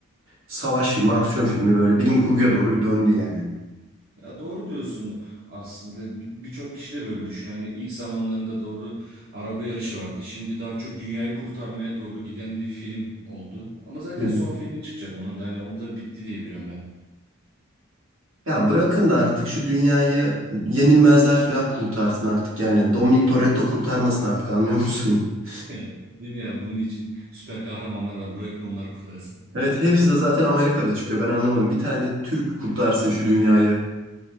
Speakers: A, on the right; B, on the right.
A: savaş filmi, aksiyon filmi böyle bilim kurguya doğru bir döndü yani.
B: Ya doğru diyorsun aslında. Bir- Birçok kişi de böyle düşünüyor. Hani ilk zamanlarında doğru araba yarışı vardı. Şimdi daha çok dünyayı kurtarmaya doğru giden bir film oldu. Ama zaten
A: Hı hı.
B: son filmi çıkacak onun da hani onda bitti diye biliyorum ben.
A: Ya bırakın da artık şu dünyayı yenilmezler falan kurtarsın artık yani. Dominic Toretto kurtarmasın artık anlıyor musun? <laughs>
B: <laughs> Değil mi ya? Bunun için süper kahramanlar var. Bırakın onları kurtarsın.
A: Evet hepsi de zaten Amerika'da çıkıyor. Ben anlamadım. Bir tane de Türk kurtarsın şu dünyayı.